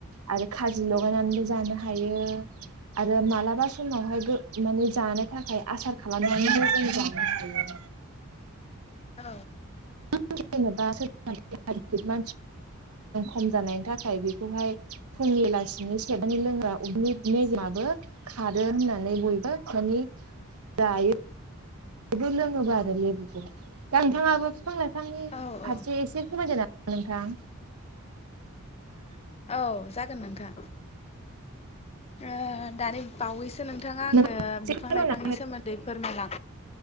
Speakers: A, on the right; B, on the left.
A: आरो खाजि लगायनानैबो जानो हायो आरो मालाबा समावहाय गो माने जानो थाखाय आसार खालामनानैबो जों जानो हायो
B: औ
A: <unintelligible> मेजेम खम जानायनि थाखाय बेखौहाय फुंनि लासिनि <unintelligible> <unintelligible> मेजेमआबो खारो होननानै बयबो मानि जायो <unintelligible> लोङोबा आरो लेबुखौ दा नोंथाङाबो फिफां लाइफांनि
B: औ औ
A: फारसे एसे <unintelligible> नोंथां
B: औ जागोन नोंथां ओ दानि बावैसो नोंथाङा
A: एसे
B: आंनो बिफां
A: फोरमायना
B: लाइफांनि सोमोन्दै फोरमायलां